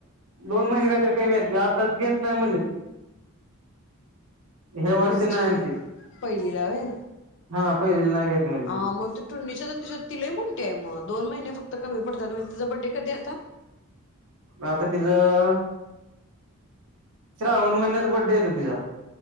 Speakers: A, on the right; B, on the left.
A: दोन महिने काहीतरी कमी आहेतेत आताच घेत नाही म्हणले. ह्या वर्षी
B: म्हणजे
A: नाही आणखी
B: पहिलीलावे.
A: हा पहिलेला नाही घेत म्हणली
B: हा मग तू टुंडीच्या तिच्यात तिय म. टम दोन महिने फक्त कमी पडता व्हय तिचा बर्थडे कधी आता.
A: आता तिचं श्रावण महिन्यात बर्थडे येतो तिचा.